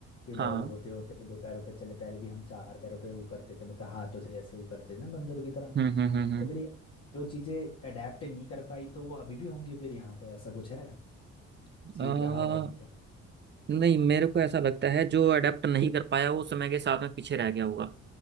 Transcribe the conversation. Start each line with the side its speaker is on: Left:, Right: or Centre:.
Left: इवॉल्व
Right: हाँ
Left: होते होते दो पैरों पे चले पहले भी हम चार पैरों पे वो करते थे मतलब हाथों से ऐसे वो करते थे ना बंदरों की तरह
Right: हम्म हम्म हम्म हम्म।
Left: तो फिर ये जो चीज़ें अडेप्ट नहीं कर पाई तो वो अभी भी होंगी फिर यहाँ पे ऐसा कुछ है सीन
Right: आ,
Left: रहा होगा क्या
Right: नहीं मेरे को ऐसा लगता है जो अडेप्ट नहीं कर पाया वो समय के साथ में पीछे रह गया होगा